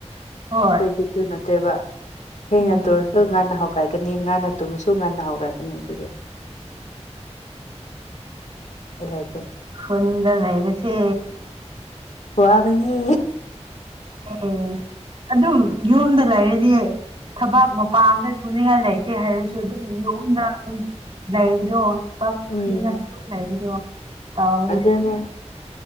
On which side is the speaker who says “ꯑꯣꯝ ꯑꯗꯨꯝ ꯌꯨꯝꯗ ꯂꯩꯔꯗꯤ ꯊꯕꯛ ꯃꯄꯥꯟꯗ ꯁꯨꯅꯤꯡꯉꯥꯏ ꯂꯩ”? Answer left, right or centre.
Right